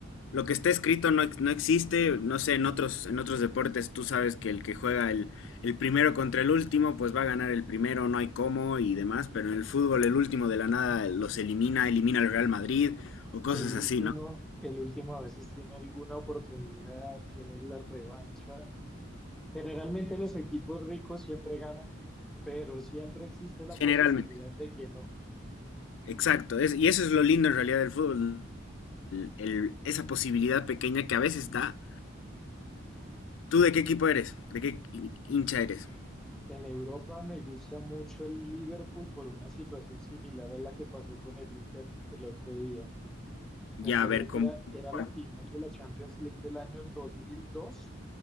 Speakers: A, on the left; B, in the centre.
A: Lo que está escrito no, ex- no existe, no sé, en otros, en otros deportes tú sabes que el que juega el, el primero contra el último, pues va a ganar el primero, no hay cómo y demás, pero en el fútbol el último de la nada los elimina, elimina al Real Madrid o cosas
B: El último,
A: así, ¿no?
B: el último a veces tiene alguna oportunidad, tiene la revancha, Generalmente los equipos ricos siempre ganan, pero siempre existe la
A: Generalmente,
B: posibilidad de que no.
A: exacto, es- y eso es lo lindo en realidad del fútbol, el- esa posibilidad pequeña que a veces da. ¿Tú de qué equipo eres? ¿De qué hin- hincha eres?
B: En Europa me gusta mucho el Liverpool por una situación similar a la que pasó con el Inter el otro día.
A: Ya,
B: Me acuerdo
A: a ver, con...
B: que era, era
A: cuál.
B: la final de la Champions League del año 2002.